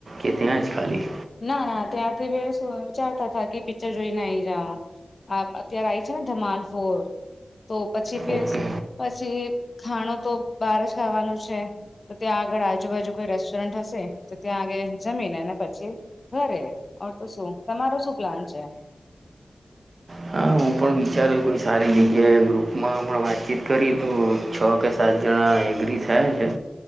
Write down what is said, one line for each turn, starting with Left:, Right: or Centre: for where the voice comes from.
Right: કે ત્યાં જ ખાલી
Left: ના ના ત્યાંથી વિચારતા થા કે પિક્ચર જોઈ ને આઈ જવા નુ આપ અત્યારે આવી જાવ તો જમાલપુર તો પછી ફરી
Right: ઓકે
Left: પછી ખાણો તો બહાર જ ખાવાનું છે તો ત્યાં આગળ આજુબાજુ કોઈ રેસ્ટોરન્ટ હશે તો ત્યાં આગળ જમીને ને અને પછી ઘરે ઓર તો શું તમારો શું પ્લાન છે
Right: હા હું પણ વિચાર કોઈ સારી જગ્યાએ ગ્રુપમાં પણ વાતચીત કરી તો છ કે સાત જણા એગ્રી થયા. થ છે